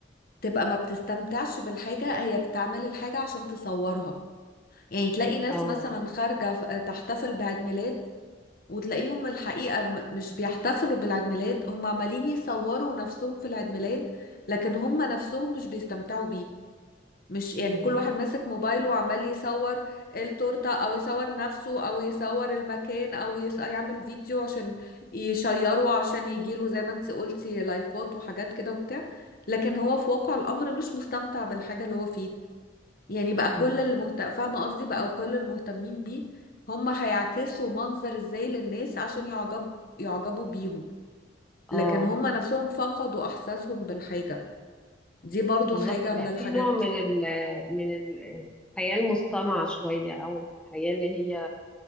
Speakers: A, on the left (about 50°); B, in the centre.
A: تبقى ما بتستمتعش بالحاجة هي بتعمل الحاجة عشان تصورها يعني تلاقي ناس
B: اه
A: مثلا خارجة ف- تحتفل بعيد ميلاد وتلاقيهم الحقيقة م- مش بيحتفلوا بالعيد ميلاد هم عمالين يصوروا نفسهم في العيد ميلاد لكن هم نفسهم مش بيستمتعوا بيه مش يعني
B: امم
A: كل واحد ماسك موبايله وعمال يصور التورتة أو يصور نفسه أو يصور المكان أو يص... يعمل فيديو عشان يشيره عشان يجيله زي ما انت قلتي لايكات وحاجات كده وبتاع لكن هو في واقع الأمر مش مستمتع بالحاجة اللي هو فيها يعني بقى
B: امم
A: كل اللي مهت... فاهمة قصدي بقى كل المهتمين بيه هم هيعكسوا منظر ازاي للناس عشان يعجب يعجبوا بيهم
B: اه
A: لكن هم نفسهم فقدوا احساسهم بالحاجة دي برضو
B: بالظبط
A: حاجة
B: بقى
A: من الحاجات
B: في نوع من ال من ال- الحياة المصطنعة شوية أو الحياة اللي هي